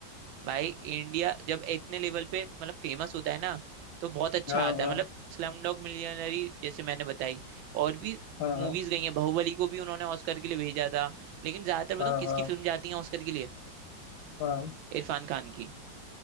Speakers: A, on the right; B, on the left.
A: भाई इंडिया जब इतने लेवल पे मतलब फेमस होता है ना तो बहुत अच्छा
B: हाँ
A: आता
B: हाँ
A: है मतलब स्लम डॉग मिलियनरी जैसे मैंने बताई और भी
B: हाँ हाँ
A: मूवीज गई हैं बाहुबली को भी उन्होंने ऑस्कर के लिए भेजा था लेकिन ज्यादातर बताऊं
B: हाँ
A: किसकी
B: हाँ
A: फिल्म जाती है ऑस्कर के लिए
B: हाँ
A: इरफान खान की